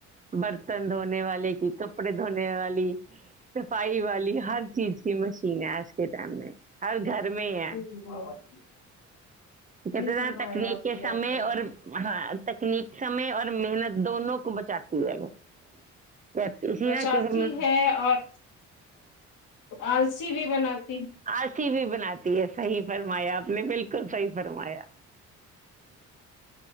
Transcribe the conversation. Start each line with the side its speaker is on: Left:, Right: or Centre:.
Right: برتن دھونے والے کی کپڑے دھونے والی صفائی والی ہر چیز کی مشین ہے آج کے ٹائم میں ہر گھر میں ہے
Left: جی، بہت صحیح
Right: کہتے تھا
Left: فرمایا
Right: تکنیک
Left: آپ
Right: کے
Left: نے
Right: سمے
Left: آپ نے
Right: اور ہاں تک ن سمے محنت دونوں کو بچاتی ہے وہ کہتے- اسی
Left: بچاتی
Right: نا کیونکہ
Left: ہے اور آج سی بھی بنات
Right: ہسی بھی بناتی ہے صحیح فرمایا آپ نے بالکل صحیح فرمایا